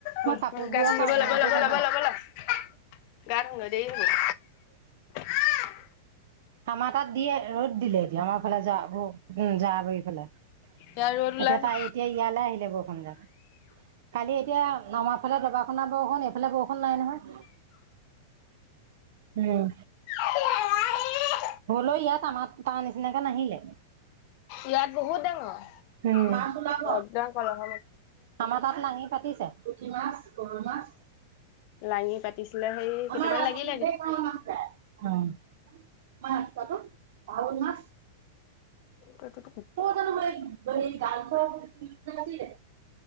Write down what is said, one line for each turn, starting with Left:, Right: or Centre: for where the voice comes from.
Left: বস্ত
Right: মই কাপোৰবোৰৰ
Left: গা গাব
Right: পৰা আনো
Left: ল'ব
Right: অইনটো
Left: ল'ব
Right: নহয়।
Left: ল'ব ল'ব ল <unintelligible> গা ধুংগে দেৰি হব <unintelligible>
Right: আমাৰ তাত দিয়ে ৰ'দ দিলে এ আমাৰ ফালে য উম যাৱা গুৰি <unintelligible> ফালে এতিয়া
Left: ইয়াৰ ৰ'দ ওলালে।
Right: তাই এতিয়া ইয়ালৈ আহিলে বৰষুণ জাক। কালি এতিয়া নমা ফালে দবা খুনা বৰষুণ এইফালে বৰষুণ নাই নহয়। উম।
Left: <unintelligible>
Right: হ'লেও ইয়াত আমাৰ তাৰ নিচিনাকে নাহিলে।
Left: ইয়াত বহুত ডাঙৰ
Right: উম মাছ ওলাব।
Left: একদম কলহ
Right: আমাৰ তাত লাঙি পাতিছে পুঠি মাছ গৰৈ মাছ।
Left: লাঙি পাতিছিলে সেই কেইটামান
Right: অ'। মই <unintelligible>
Left: লাগিলে
Right: পাৱৈ মাছ।
Left: তটো <unintelligible>
Right: ত তান ম ব গান চ <unintelligible>